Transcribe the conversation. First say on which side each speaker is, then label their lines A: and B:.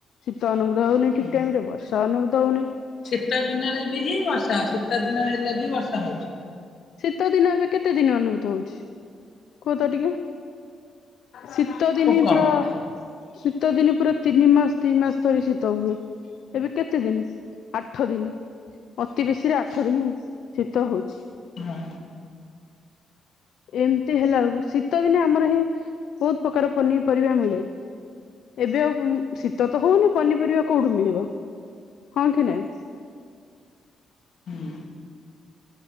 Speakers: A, on the left (about 70°); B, on the left (about 55°).
A: ଶୀତ ଅନୁ ମେଘ ହଉନି ଠିକ
B: ହୁଁ।
A: ଟାଇମ ରେ ବର୍ଷା ଅନୁ ତ ହଉନି।
B: ଶୀତ ଦିନରେ ବି ହିଁ ବର୍ଷା ଶୀତ ଦିନ ହେଲେ ବି ବର୍ଷା ହଉଛି।
A: ଶୀତ ଦିନ ଏବେ କେତେ ଦିନ ଅନୁଭୂତ ହଉଛି? କୁହ ତ ଟିକେ। ଶୀତ ଦିନି
B: ଖୁବ କମ
A: ପ୍ର ଶୀତ ଦିନି ପୁରା ତିନି ମାସ ଦି ମାସ ଧରି ଶୀତ ହୁଏ ଏବେ କେତେ ଦିନ ଆଠ ଦିନି ଅତି ବେଶୀରେ ଆଠ ଦିନି ଶୀତ ହଉଛି।
B: ହୁଁ।
A: ଏମ ତି ହେଲା ବେଳକୁ ଶୀତ ଦିନେ ଆମର ହିଁ ବହୁତ ପ୍ରକାର ପନିପରିବା ମିଳେ ଏବେ ଆଉ ହୁଁ। ଶୀତ ତ ହଉନି ପନିପରିବା। କୋଉଠୁ ମିଳିବ ହଁ କି ନାଇଁ।
B: ହୁଁ।